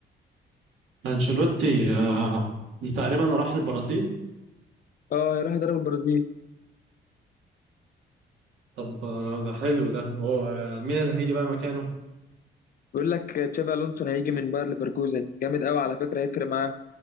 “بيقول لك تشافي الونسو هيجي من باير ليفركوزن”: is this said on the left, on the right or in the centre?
Left